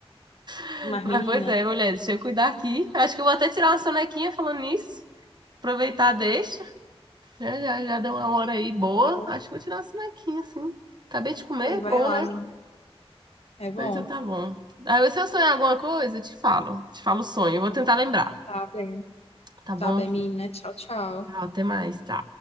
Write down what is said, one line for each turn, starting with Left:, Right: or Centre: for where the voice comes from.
Right: <laughs>
Left: Mas,
Right: Mas,
Left: menina,
Right: pois é, mulher, deixa eu cuidar aqui. Acho que eu vou até tirar uma sonequinha falando nisso. Aproveitar, deixa. Já, já, já deu uma hora aí boa.
Left: então,
Right: Acho que vou tirar uma sonequinha, assim. Acabei de comer,
Left: pois
Right: é
Left: vai
Right: bom,
Left: lá,
Right: né?
Left: menina. É bom.
Right: Mas então tá bom. Aí, se eu sonhar alguma coisa, eu te falo. Te falo o sonho. Eu vou tentar lembrar.
Left: Tá bem.
Right: Tá bom?
Left: Tá bem, menina. Tchau, tchau.
Right: Tchau, até mais. tá